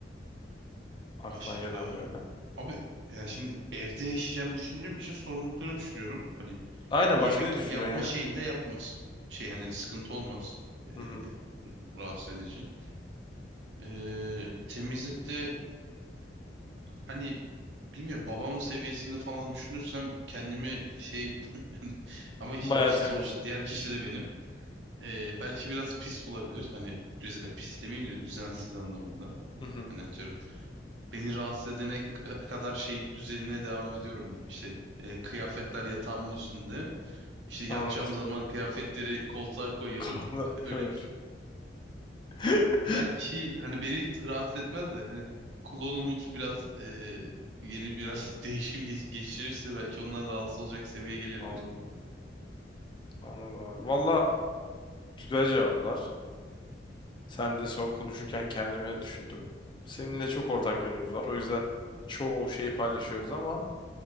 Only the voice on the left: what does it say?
Aklına
gelen böyle.
Aynen
başka ne düşüneceksin
ya?
Hı-hı.
Bayağı
temiz.
Hı-hı.
Anladım. <laughs>
Kaldı.
Kıvırcık.
<laughs>
Anladım. Anladım. abi. Valla güzel cevaplar. Sen de son konuşurken kendimi düşündüm. Seninle çok ortak yönümüz var. O yüzden çoğu şeyi paylaşıyoruz ama